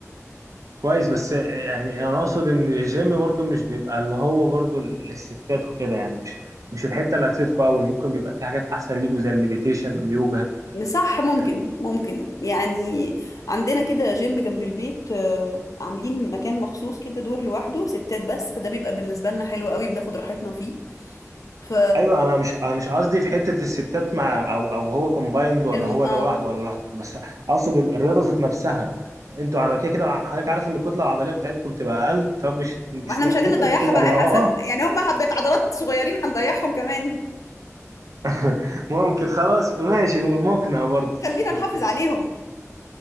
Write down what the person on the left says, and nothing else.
صح ممكن
ممكن يعني عندنا كده جيم جنب البيت آه، عاملين مكان مخصوص كده دور لوحده ستات بس فده بيبقى بالنسبه لنا حلو قوي بناخد راحتنا فيه ف
الم...
اه
ما احنا
مش عايزين نضيعها
بقى
يا حسن
يعني هم حبة عضلات صغيرين هنضيعهم كمان
خلينا
نحافظ عليهم